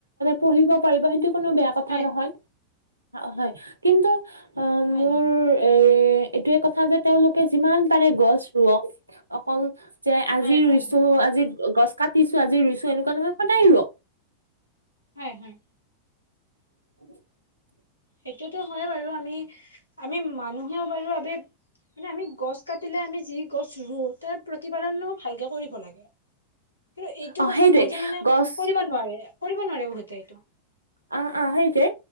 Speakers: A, on the right; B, on the left.
A: পঢ়িব পাৰিব সেইটো কোনো বেয়া কথা
B: হয়
A: নহয়, হয় কিন্তু
B: হয়
A: মোৰ
B: হয়
A: এ, এইটোয়ে কথা যে তেওঁলোকে যিমান পাৰে গছ ৰোৱক। অকল যে
B: হয়
A: আজি ৰুইছো
B: হয় হয়
A: আজি গছ কাটিছো আজি ৰুইছো এনেকুৱা নহয় সদায় ৰুওক।
B: হয়, হয়।
A: <inaudible>
B: সেইটোতো হয় বাৰু আমি, আমি মানুহেও বাৰু আমি মানে আমি গছ কাটিলে আমি যি গছ ৰুওঁ, তাৰ প্ৰতিপালনো ভালকে কৰিব লাগে। কিন্তু এইটো
A: অ
B: কথা
A: সেইটোৱে
B: বহুতে মানে
A: গছ
B: কৰিব নোৱাৰে কৰিব নোৱাৰে বহুতে এইটো।
A: অ', অ', সেইটোৱে।